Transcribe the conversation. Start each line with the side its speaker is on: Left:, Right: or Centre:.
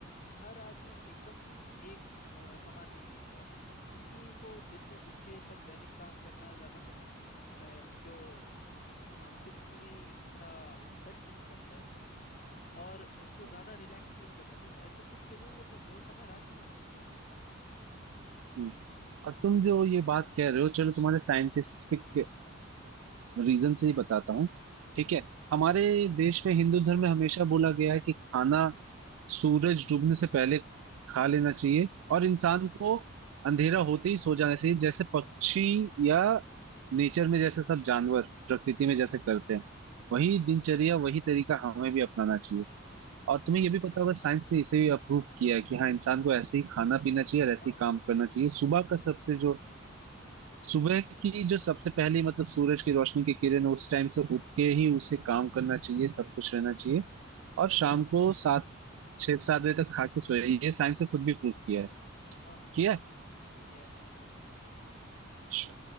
Left: हर आदमी एकदम एक अ, समान नहीं होता है अब किसी को दिन में उठ के सब दैनिक काम करना ज्यादा पसंद होता है उसको मानसिकली उतना अफेक्ट नहीं करता है और उसको
Right: हाँ।
Left: ज्यादा रिलैक्स फील करने देता है तो कुछ के लिए वो दिन, वो समय रात भी हो सकता है
Right: हम्म, और तुम जो ये बात कह रहे हो चलो तुम्हारे साइंटिफिक रीजन से ही बताता हूँ ठीक
Left: हम्म,
Right: है हमारे देश में हिंदू धर्म में हमेशा बोला गया है कि खाना सूरज डूबने से पहले खा लेना चाहिए और इंसान को अंधेरा होते ही सो जाना चाहिए जैसे पक्षी या नेचर में जैसे सब जानवर प्रकृति में जैसे करते हैं वही दिनचर्या वही तरीका हमें भी अपनाना चाहिए और तुम्हें ये भी पता होगा साइंस ने इसे भी अप्रूव किया है कि हाँ इंसान को ऐसे ही खाना पीना चाहिए और ऐसे
Left: हाँ
Right: ही काम
Left: डेफिनेटली
Right: करना चाहिए सुबह का सबसे जो सुबह की जो सबसे पहली मतलब सूरज की रोशनी की किरण उस टाइम से उठ के ही उसे काम करना चाहिए सब कुछ रहना चाहिए और
Left: डेफिनेटली
Right: शाम को सात छह सात बजे तक खा के सोए ये साइंस ने खुद भी प्रूव किया है
Left: हाँ
Right: किया है
Left: किया है
Right: अच्छा